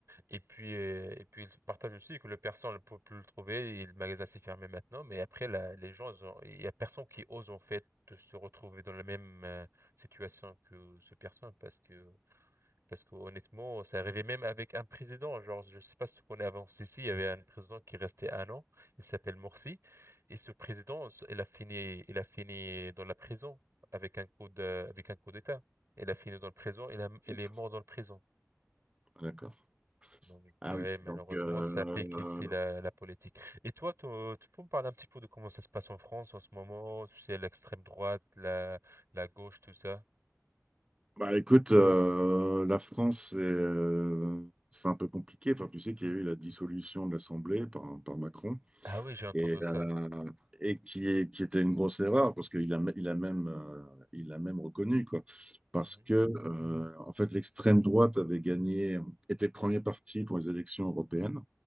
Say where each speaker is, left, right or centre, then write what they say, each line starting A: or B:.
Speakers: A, on the right; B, on the right.
A: Et puis euh, et puis il se partage aussi que le personne ne peut plus le trouver et le magasin s'est fermé maintenant. Mais après, la- les gens, ils ont- il y a personne qui ose en fait de se retrouver dans la même euh, situation que ce personne parce que Parce que honnêtement, ça arrivait même avec un président. Genre, je sais pas si tu connais avant Sissi, il y avait un président qui restait un an. Il s'appelle Morsi. Et ce président, il a fini, il a fini dans la prison avec un coup de, avec un coup d'État. Il a fini dans le prison. Il a- il
B: Ouf,
A: est mort dans le prison.
B: D'accord.
A: Donc,
B: Ah
A: euh,
B: oui,
A: eh, malheureusement,
B: donc... euh,
A: ça pique ici la, la politique. Et toi, tu tu peux me parler un petit peu de comment ça se passe en France en ce moment? Tu sais, l'extrême droite, la, la gauche, tout ça.
B: Bah écoute, euh, la France, c'est euh, c'est un peu compliqué. Enfin, tu sais qu'il y a eu la dissolution de l'Assemblée par, par Macron
A: Ah oui, j'ai entendu
B: et, euh,
A: ça.
B: et qui, est- qui était une grosse erreur parce qu'il a, il a même, euh, il a même reconnu quoi. Parce
A: Mhm,
B: que euh, en fait, l'extrême droite avait gagné, était premier parti pour les élections européennes